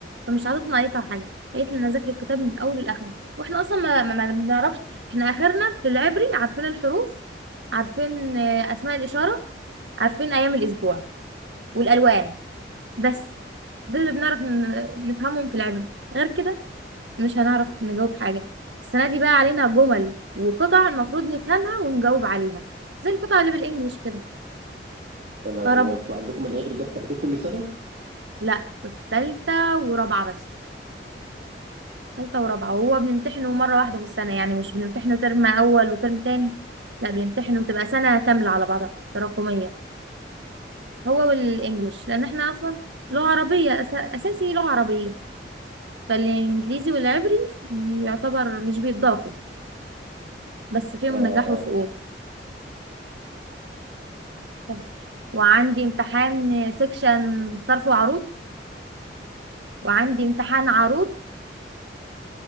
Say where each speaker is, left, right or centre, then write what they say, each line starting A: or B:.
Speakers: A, on the right; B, on the right.
A: فمش حاطط نقيتها حاجه قالت لي انا اذاكر الكتاب من اوله لاخره واحنا اصلا ما, ما, ما بنعرفش احنا اخرنا في العبري عارفين الحروف عارفين آه، اسماء الاشاره عارفين ايام الاسبوع والالوان بس ده اللي بنعرف ن- نفهمهم في العبري غير كده مش هنعرف نجاوب حاجه السنه دي بقى علينا جمل وقطع المفروض نفهمها ونجاوب عليها زي القطع اللي بالانجليش كده
B: انا هو
A: فرب
B: انتوا عندكم العبري ده بتاخدوه كل سنة؟
A: لا في ثالثه ورابعه بس تالتة ورابعة وهو بنمتحنه مرة واحدة في السنة يعني مش بنمتحنه ترم أول وترم تاني لا بنمتحنه بتبقى سنة كاملة على بعضها تراكمية هو والإنجليش لأن احنا أصلا لغة عربية أس... أساسي لغة عربية فالإنجليزي والعبري يعتبر مش بيتضافوا بس فيهم
B: اه
A: نجاح
B: اه
A: وسقوط بس وعندي امتحان سكشن صرف وعروض وعندي امتحان عروض